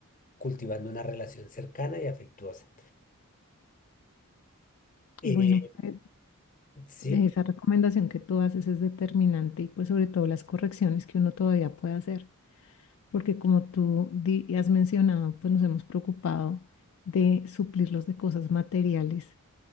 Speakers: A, on the left (about 35°); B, on the left (about 65°).
A: cultivando una relación cercana y afectuosa. Eh,
B: Bueno, pues
A: sí.
B: esa recomendación que tú haces es determinante y pues sobre todo las correcciones que uno todavía puede hacer. porque como tú di- has mencionado, pues nos hemos preocupado de suplirlos de cosas materiales,